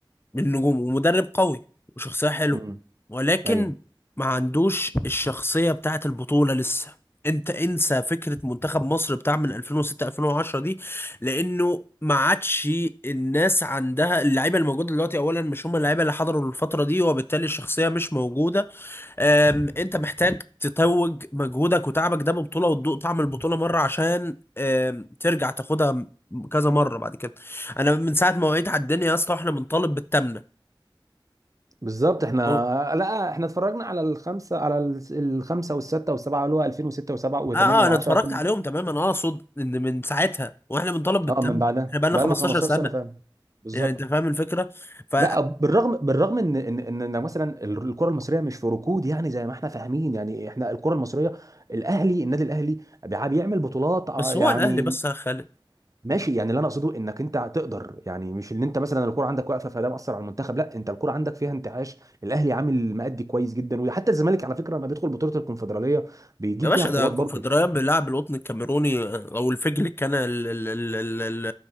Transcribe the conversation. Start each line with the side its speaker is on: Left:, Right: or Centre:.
Left: بالنجوم ومدرب قوي وشخصية حلوة
Right: امم
Left: ولكن
Right: ايوه
Left: ما عندوش الشخصية بتاعت البطولة لسه انت انسى فكرة منتخب مصر بتاع من 2006 2010 دي لانه ما عادش الناس عندها اللعيبة الموجودة دلوقتي اولا مش هم اللعيبة اللي حضروا الفترة دي وبالتالي الشخصية مش موجودة أم، انت محتاج تتوج مجهودك وتعبك ده ببطولة وتدوق طعم البطولة مرة عشان أم، ترجع تاخدها م- كذا مرة بعد كده انا من ساعة ما وعيت على الدنيا يا اسطى احنا بنطالب بالتمنة
Right: بالظبط احنا
Left: هو-
Right: لا احنا اتفرجنا على الخمسه على الس- الخمسه والسته والسبعه اللي هو 2006 و7 و8
Left: اه اه
Right: و10
Left: انا اتفرجت عليهم تمام انا اقصد ان من ساعتها واحنا بنطالب بالتمنة
Right: اه من بعدها
Left: احنا بقالنا
Right: بقى
Left: 15
Right: لنا 15
Left: سنة
Right: سنه فعلا بالظبط
Left: يعني انت فاهم الفكرة ف
Right: لا بالرغم بالرغم ان ان ان إن مثلا الكره المصريه مش في ركود يعني زي ما احنا فاهمين يعني احنا الكره المصريه الاهلي النادي الاهلي بيع- بيعمل بطولات آه،
Left: بس
Right: يعني
Left: هو الاهلي بس خلي
Right: ماشي يعني اللي انا اقصده انك انت تقدر يعني مش ان انت مثلا الكره عندك واقفه فده مأثر على المنتخب لا انت الكره عندك فيها انتعاش الاهلي عامل مأدي كويس جدا وحتى الزمالك على فكره لما بيدخل بطوله الكونفدراليه بيجيب
Left: يا باشا
Right: فيها بطولات
Left: ده الكونفدرالية
Right: برضه
Left: بيلعب القطن الكاميروني آه، او الفجل كان ال- ال- ال- ال- ال-